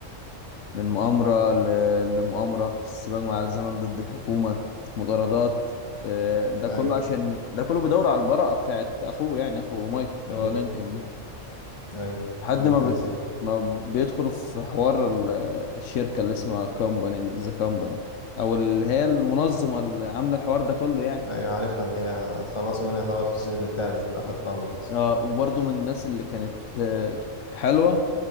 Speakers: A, on the left; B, on the left.
A: من مؤامرة ل- لمؤامرة السباق مع الزمن ضد الحكومة مطاردات آه، ده كله
B: اي
A: عشان ده كله بيدور على البراءة بتاعت أخوه يعني أخو مايكل اللي هو
B: امم
A: لينكولن ده
B: ايوه
A: لحد
B: ننكذا
A: ما بت...
B: سنة
A: ما بيدخلوا في حوار ال- الشركة اللي اسمها كومباني دي ذا كومباني أو اللي هي المنظمة اللي عاملة الحوار ده كله يعني
B: ايوه عارفها اللي هي اتخلصوا منها طبعا في السيزون الثالث في الاخر خالص
A: اه وبرضه من الناس اللي كانت آه، حلوة